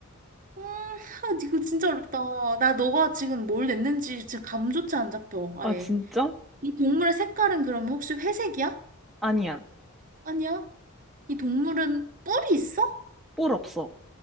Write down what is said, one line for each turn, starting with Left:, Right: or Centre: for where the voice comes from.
Right: 음, 아, 이거 진짜 어렵다. 나 너가 지금 뭘 냈는지 지금 감조차 안 잡혀. 아예.
Centre: 아, 진짜?
Right: 이 동물의 색깔은 그러면 혹시 회색이야?
Centre: 아니야.
Right: 아니야. 이 동물은 뿔이 있어?
Centre: 뿔 없어.